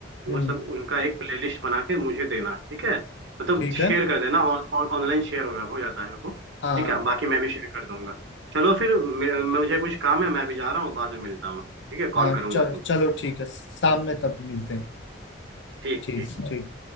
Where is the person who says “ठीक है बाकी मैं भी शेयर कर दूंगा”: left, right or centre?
Right